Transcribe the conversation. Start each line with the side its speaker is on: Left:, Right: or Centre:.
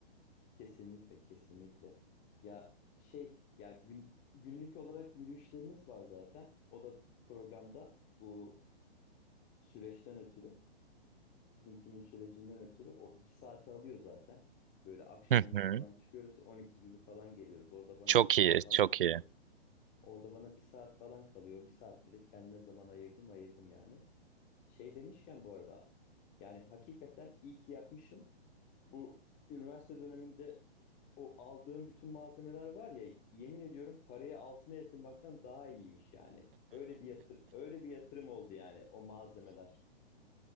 Left: Kesinlikle, kesinlikle. Ya şey, ya gün günlük olarak yürüyüşlerimiz var zaten. O da programda bu süreçten ötürü, bizimkinin sürecinden ötürü o iki saati alıyor zaten. Böyle akşam
Right: Hı
Left: onda
Right: hı.
Left: falan çıkıyoruz, 12 gibi falan geliyoruz. Orada bana
Right: Çok
Left: bir saat
Right: iyi,
Left: falan
Right: çok
Left: kalıyor.
Right: iyi.
Left: Orada bana bir saat falan kalıyor. Bir saatte de kendime zaman ayırdım, ayırdım yani. Şey demişken bu arada, yani hakikaten iyi ki yapmışım. Bu üniversite döneminde o aldığım bütün malzemeler var ya yemin ediyorum parayı altına yatırmaktan daha iyiymiş yani. Öyle bir yatır öyle bir yatırım oldu yani o malzemeler.